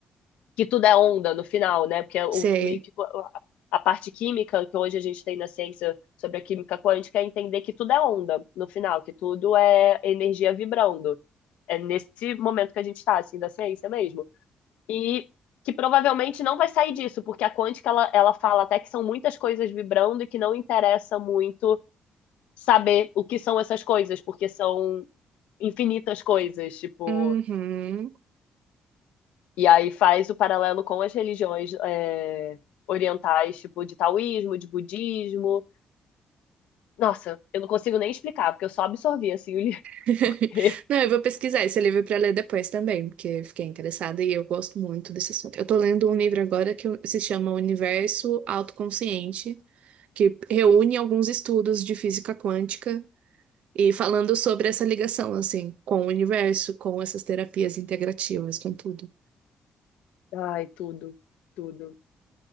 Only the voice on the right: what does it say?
Sei.
Uhum.
<laughs>
Não, eu vou pesquisar esse livro para ler depois também, porque fiquei interessada e eu gosto muito desse assunto. Eu tô lendo um livro agora que se chama Universo Autoconsciente, que reúne alguns estudos de física quântica e falando sobre essa ligação, assim, com o universo, com essas terapias integrativas, com tudo.